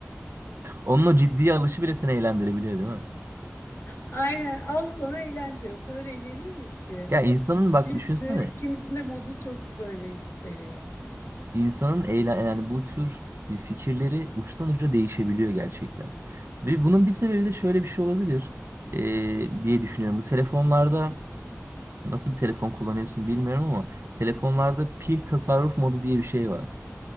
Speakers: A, on the right; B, on the left.
A: Onun o ciddiye alışı bile seni eğlendirebiliyor değil mi?
B: Aynen al sana eğlence. O kadar eğleniyorum ki.
A: Ya insanın bak
B: Yüzde
A: düşünsene
B: ikimizin de modu çok böyle yükseliyor.
A: insanın eyle yani bu tür e, fikirleri uçtan uca değişebiliyor gerçekten. Ve bunun bir sebebi de şöyle bir şey olabilir eee, diye düşünüyorum. Bu telefonlarda nasıl bir telefon kullanıyorsun bilmiyorum ama telefonlarda pil tasarruf modu diye bir şey var.